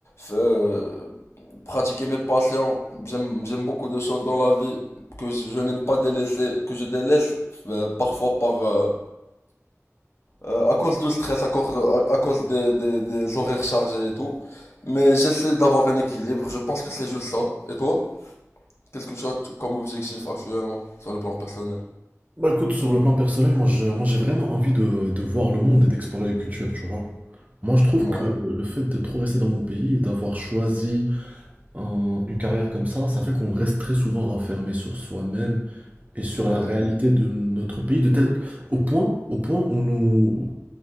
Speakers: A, on the left; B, on the right.
A: F- euh, pratiquer mes passions. J'aime, j'aime beaucoup de choses dans la vie que je, je n'aime pas délaisser, que je délaisse euh, parfois par, euh, euh, à cause du stress, à cause, à, à cause des, des, des horaires chargés et tout. Mais j'essaie d'avoir un équilibre. Je pense que c'est juste ça. Et toi? Qu'est-ce que tu as t- comme objectif actuellement sur le plan personnel?
B: Bah écoute, sur le plan personnel, moi je- moi, j'ai vraiment envie de, de voir le monde et d'explorer les cultures, tu vois. Moi je trouve
A: Ouais,
B: que le fait de trop rester dans mon pays et d'avoir choisi un- une carrière comme ça, ça fait qu'on reste très souvent renfermé sur soi-même et sur
A: c'est
B: la
A: vrai.
B: réalité de notre pays, de tel, au point, au point où nous,